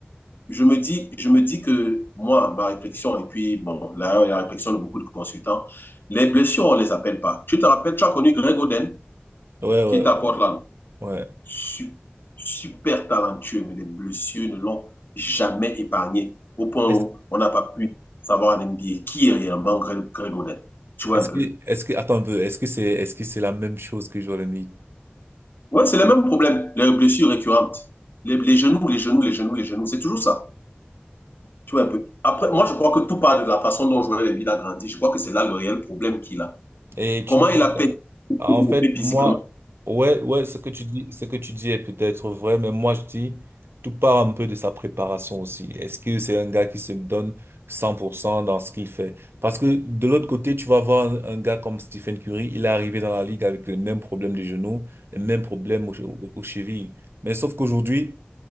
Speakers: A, on the left (about 60°); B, on the right (about 75°).
A: je me dis, je me dis que moi, ma réflexion, et puis, bon, là, la réflexion de beaucoup de consultants, les blessures, on ne les appelle pas. Tu te rappelles, tu as connu Greg Oden,
B: Ouais, ouais,
A: qui est à
B: ouais.
A: Portland.
B: ouais.
A: Su- Super, talentueux, mais les blessures ne l'ont jamais épargné, au point
B: Est-ce,
A: où on n'a pas pu savoir en NBA qui est réellement Greg, Greg Oden. Tu vois
B: est-ce
A: un peu?
B: que, est-ce que, attends un peu, est-ce que c'est, est-ce que c'est la même chose que Joel Embiid?
A: Ouais, c'est le même problème, les blessures récurrentes. Les, les genoux, les genoux, les genoux, les genoux, c'est toujours ça. Tu vois un peu? Après, moi, je crois que tout part de la façon dont Joel Embiid a grandi. Je crois que c'est là le réel problème qu'il a.
B: Et
A: Comment
B: tu ne
A: il a payé
B: En fait, moi,
A: physiquement?
B: ouais, ouais, ce que tu dis, ce que tu dis est peut-être vrai, mais moi je dis, tout part un peu de sa préparation aussi. Est-ce que c'est un gars qui se donne 100% dans ce qu'il fait? Parce que de l'autre côté, tu vas voir un, un gars comme Stephen Curry, il est arrivé dans la ligue avec les mêmes problèmes de genoux, les mêmes problèmes aux, che- aux chevilles. Mais sauf qu'aujourd'hui,